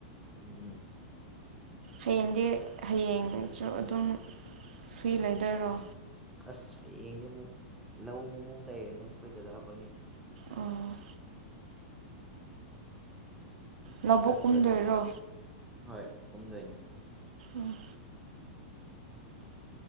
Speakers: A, in the centre; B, on the right.
A: ꯎꯝꯝ
B: ꯍꯌꯦꯡꯗꯤ ꯍꯌꯦꯡꯁꯨ ꯑꯗꯨꯝ ꯐ꯭ꯔꯤ ꯂꯩꯗꯣꯏꯔꯣ
A: ꯑꯁ ꯍꯌꯦꯡꯗꯤ ꯑꯃꯨꯛ ꯂꯧ ꯑꯃꯨꯛ ꯂꯩꯔꯦꯅꯦ ꯑꯩꯈꯣꯏ ꯊꯥꯗꯥ ꯈꯣꯏꯒꯤ
B: ꯑꯣ ꯂꯧꯕꯨꯛ
A: ꯆꯠꯇ꯭ꯔꯗꯤ
B: ꯀꯨꯝꯗꯣꯏꯔꯣ
A: ꯍꯣꯏ ꯀꯨꯝꯗꯣꯏꯅꯦ
B: ꯎꯝ